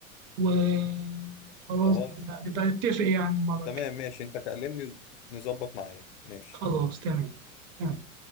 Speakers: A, on the right (about 35°); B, on the left (about 55°).
A: وخلاص
B: خلاص
A: بقى نبقى نتفق يعني المرة
B: تمام
A: الجاية
B: ماشي انت كلمني نظبط معايا ماشي
A: خلاص تمام تمام